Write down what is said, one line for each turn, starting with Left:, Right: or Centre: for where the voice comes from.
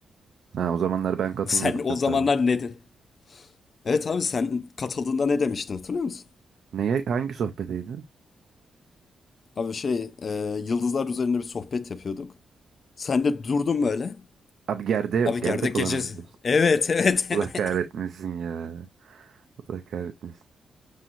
Right: Ha o zamanlar ben katılmıyordum
Left: Sen o
Right: çok
Left: zamanlar
Right: tabii.
Left: ne dedin? Evet abi sen katıldığında ne demiştin hatırlıyor musun?
Right: Neye? Hangi sohbeteydi?
Left: Abi şey e, yıldızlar üzerinde bir sohbet yapıyorduk. Sen de durdun böyle.
Right: Abi gerde
Left: Abi
Right: gerdek
Left: gerdek
Right: olanı
Left: gecesi.
Right: mı diyorsun?
Left: Evet evet evet.
Right: Allah kahretmesin ya. Allah kahretmesin.